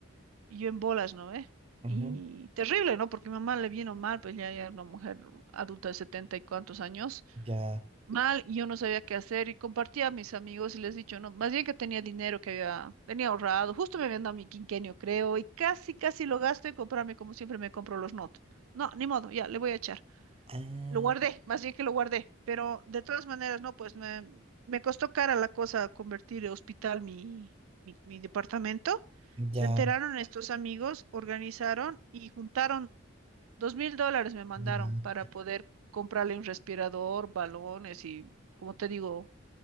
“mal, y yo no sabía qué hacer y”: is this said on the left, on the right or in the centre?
Right